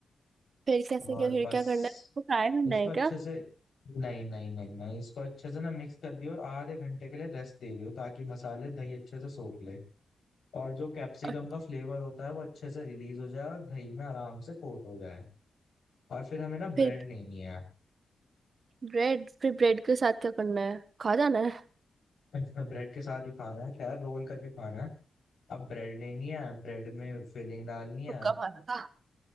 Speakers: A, on the right; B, on the left.
A: फिर कैसे
B: और
A: क्या फिर
B: बस
A: क्या करना है वो फ्राई करना
B: इसको
A: है
B: अच्छे
A: क्या
B: से नहीं नहीं नहीं नहीं इसको अच्छे से ना मिक्स कर दियो और आधे घंटे के लिए रेस्ट दे दियो ताकि मसाले दही अच्छे से सोख ले और जो कैप्सिकम
A: और
B: का फ्लेवर होता है वो अच्छे से रिलीज हो जाए और दही में आराम से कोट हो जाए और फिर हमें ना ब्रेड
A: फिर
B: लेनी है
A: ब्रेड फिर ब्रेड के साथ क्या करना है खा जाना है
B: <laughs> ब्रेड के साथ ही खाना है खैर रोल करके खाना है अब ब्रेड लेनी है ब्रेड में फिलिंग डालनी है
A: तुक्का मारा था